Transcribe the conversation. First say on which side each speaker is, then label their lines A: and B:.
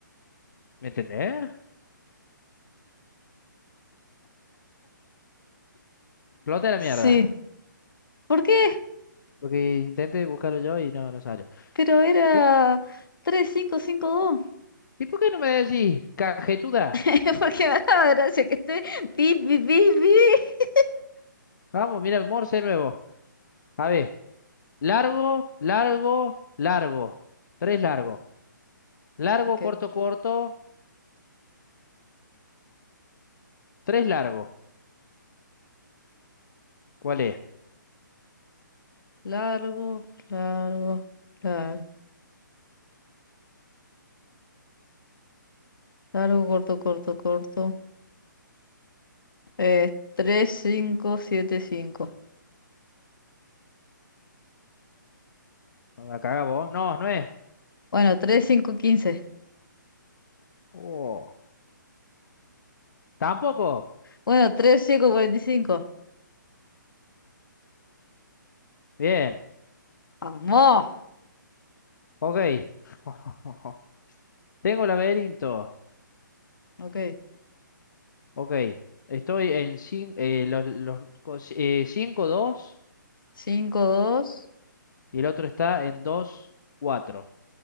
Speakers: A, on the left (about 65°); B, on the left (about 80°).
A: ¿Me entendés? Flote la
B: Sí.
A: mierda.
B: ¿Por qué?
A: Porque intenté buscarlo yo y no, no salió.
B: Pero era
A: ¿Y,
B: 3552.
A: y por qué no me decís, cajetuda?
B: <laughs> Porque me daba gracia que esté pi, pi, pi, pi.
A: Vamos, mira, Morse nuevo. A ver, largo, largo, largo. Tres largo. Largo,
B: Ok.
A: corto, corto. Tres largo. ¿Cuál es?
B: Largo, largo, largo. Largo, corto, corto, corto. Es 3, 5, 7, 5.
A: No me la cagás vos. No, no es.
B: Bueno, tres cinco quince
A: Oh, tampoco.
B: Bueno, tres cinco cuarenta y cinco
A: Bien.
B: ¡Vamos!
A: Ok. <laughs> Tengo el laberinto.
B: Ok.
A: Ok. Estoy en 5, los, los co- eh, cinco, dos,
B: cinco dos
A: y el otro está en 2 4.